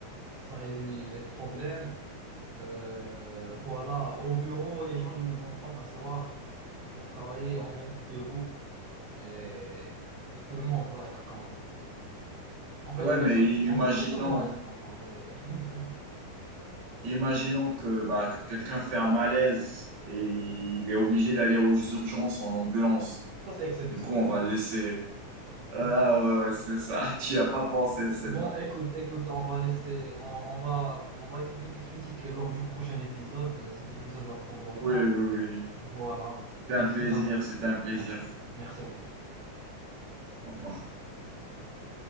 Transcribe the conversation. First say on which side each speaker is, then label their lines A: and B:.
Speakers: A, on the right; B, on the right.
A: ça réduit les problèmes. Euh, voilà, au bureau, les gens, ils ne vont pas s'asseoir pour travailler. On reste debout et, et tout le monde va être content. En fait,
B: Ouais,
A: perso-
B: mais i-
A: en
B: imaginons,
A: fait, personne ne va être content, mais <laughs>
B: imaginons que, bah, que quelqu'un fait un malaise et il est obligé d'aller aux urgences en ambulance.
A: ça, c'est exceptionnel.
B: Du coup, on va
A: Ça,
B: le laisser. Ah
A: Ça, c'est exceptionnel.
B: ouais, ouais, c'est ça. <laughs> Tu n'y as pas pensé, celle-là.
A: Bon, écoute, écoute, on va laisser, on, on va, on va écouter tes critiques lors du prochain épisode. Cet épisode va prendre fin.
B: Oui, oui, oui.
A: Voilà.
B: C'était
A: Merci
B: un plaisir,
A: d'avoir.
B: c'était un plaisir.
A: Merci. Merci en tout cas.
B: Au revoir.
A: Bye bye.